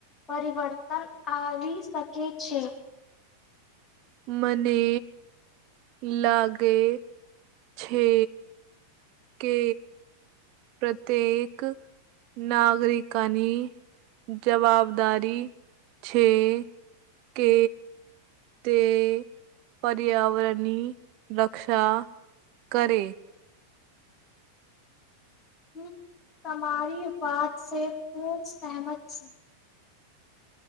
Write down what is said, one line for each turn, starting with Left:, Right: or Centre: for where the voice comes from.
Left: પરિવર્તન આવી શકે છે
Right: મને લાગે છે કે પ્રત્યેક નાગરિકાની જવાબદારી છે કે તે પર્યાવરણી રક્ષા કરે.
Left: હું તમારી વાતસે ખૂબ સેહમત છું.